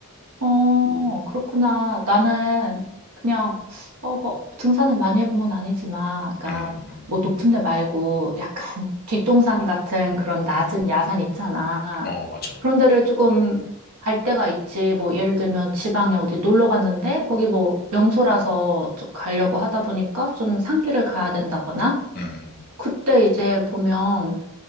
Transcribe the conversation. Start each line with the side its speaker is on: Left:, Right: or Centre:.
Right: 어, 어, 그렇구나. 나는 그냥, 어, 뭐, 등산을 많이 해본 건 아니지만, 아까,
Left: 응응.
Right: 뭐, 높은 데 말고, 약간 뒷동산 같은 그런 낮은 야산 있잖아.
Left: 어, 맞아.
Right: 그런 데를 조금 갈 때가 있지. 뭐, 예를 들면 지방에 어디 놀러 갔는데, 거기 뭐, 명소라서 좀 가려고 하다 보니까 좀 산길을 가야 된다거나,
Left: 응응.
Right: 그때 이제 보면,